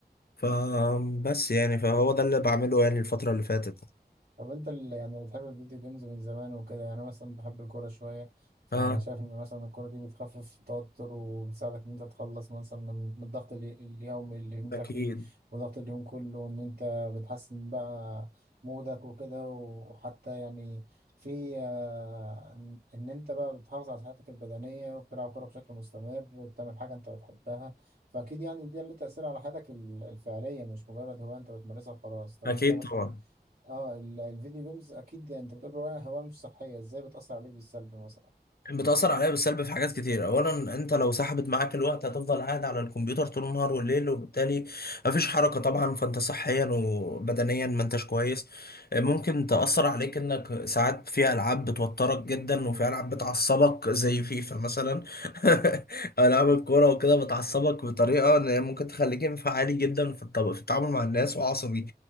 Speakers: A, on the left; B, on the right.
A: فبس يعني فهو ده اللي بعمله يعني الفترة اللي فاتت
B: طب انت اللي يعني بتحب الفيديو جيمز من زمان وكده يعني أنا مثلا بحب الكورة شوية فانا
A: اه
B: شايف ان مثلا الكورة دي بتخفف التوتر وبتساعدك ان انت تخلص مثلا من من الضغط الي- اليومي اللي انت
A: اكيد
B: فيه وضغط اليوم كله ان انت بتحسن بقى مودك وكده وحتى يعني في آه، ان إن انت بقى بتحافظ على صحتك البدنية وبتلعب كورة بشكل مستمر وبتعمل حاجة انت بتحبها فاكيد يعني ده له تأثير على حياتك ال- الفعلية مش مجرد هواية انت بتمارسها وخلاص طب
A: اكيد
B: انت مثلا
A: طبعا
B: اه ال- الفيديو جيمز اكيد انت بتقول هواية هواية مش صحية ازاي بتأثر عليك بالسلب مثلا
A: بتأثر عليا بالسلب في حاجات كتير أولا أنت لو سحبت معاك الوقت هتفضل قاعد على الكمبيوتر طول النهار والليل وبالتالي مفيش حركة طبعا فأنت صحيا وبدنيا ما أنتش كويس ممكن تأثر عليك إنك ساعات في ألعاب بتوترك جدا وفي ألعاب بتعصبك زي فيفا مثلا <laughs> ألعاب
B: مم.
A: الكورة وكده بتعصبك بطريقة إن هي ممكن تخليك انفعالي جدا في الطب- في التعامل مع الناس وعصبي